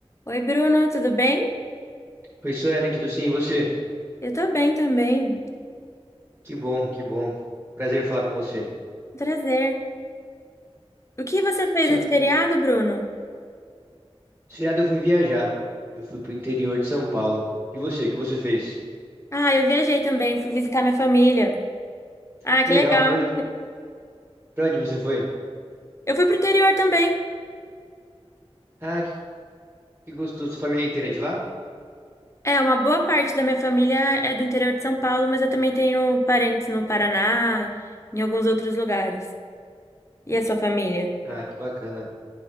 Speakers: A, on the left; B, on the right.
A: Oi, Bruno, tudo bem?
B: Oi, Suelen, tudo sim? E você?
A: Eu tô bem também.
B: Que bom, que bom. Prazer falar com você.
A: Prazer. O que você fez
B: Seu-
A: nesse feriado, Bruno?
B: Esse feriado eu fui viajar. Eu fui pro interior de São Paulo. E você? O que você fez?
A: Ah, eu viajei também, fui visitar minha família. Ah,
B: Que
A: que
B: legal.
A: legal.
B: Pra onde, pra onde você foi?
A: Eu fui pro interior também.
B: Ah, que, que gostoso. Sua família inteira é de lá?
A: É, uma boa parte da minha família é do interior de São Paulo, mas eu também tenho parentes no Paraná, em alguns outros lugares. E a sua família?
B: Ah, que bacana.